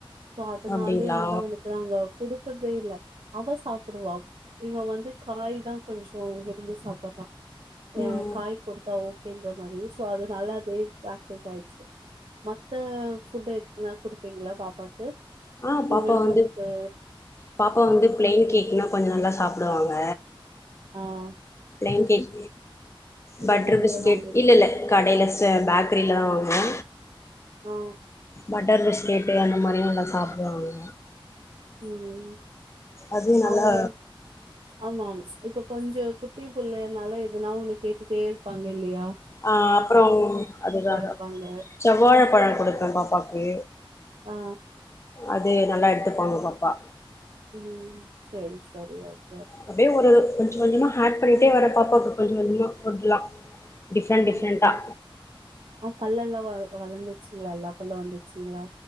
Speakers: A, on the right; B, on the left.
A: சோ அதனாலயே
B: அப்டிங்களா
A: வந்து அவனுக்கு நாங்க குடு றதே இல்ல அவ சாப்டுவா இவ வந்து காய் தா கொஞ்சோ இது இங்கயே சாப்பட்றா
B: ம்
A: எ காய் கொடுத்தா ஓப் ன்ற மாரி சோ அதானால அதே பாக் வயசு ஆயிச்சி மத்த ஃபுட் எதுனாது குடுப்பீங்ளா பாப்பாக்கு
B: ஆ
A: இதுவே
B: பாப்பா வந்து
A: முறுக்கு
B: பாப்பா வந்து
A: ம்
B: பிளைன் கேக்னா கொஞ்சோ நல்லா சாப்டுவாங்க
A: ம்
B: பிளைன் கேக்
A: இல்ல
B: பட்டர்
A: வெளிய
B: பிஸ்கேட்
A: வாங்கி
B: இல்ல இல்ல கடைல த பேக்ரில தா வாங்குவோ
A: ஆ
B: பட்டர்பிஸ் கேட்டே அந்த மாரியு நல்லா சாப்டுவாங்க
A: ம்
B: அது
A: அவங்க
B: நல்லா
A: வந் ஆமா இப்ப கொஞ்சோ குட்டி புள்ளனால எதுனா ஒண்ணு கேட்டுட்டே இருப்பாங்க இல்லயா
B: அ அப்பறோ அதுக்காக
A: இருப்பாங்க
B: செவ்வாழ பழோ குடுத்த பாப்பாக்கு
A: ஆ
B: அது நல்லா எடுத்துப்பாங்க பாப்பா
A: உம் சரி சரி ஓக்
B: அப்டியே ஒரு கொஞ்ச கொஞ்சமா ஹாட் பண்ணிட்டே வர பாப்பாக்கு கொஞ்ச கொஞ்சமா ஃபுட்லா டிஃப்ரெண்ட்
A: ஆஹ்
B: டிஃப்ரெண்ட்டா
A: அவ பல்லல்ல வ வளர்ந்துருச்சுங்ளா எல்லா பல்லு வந்துச்சுங்ளா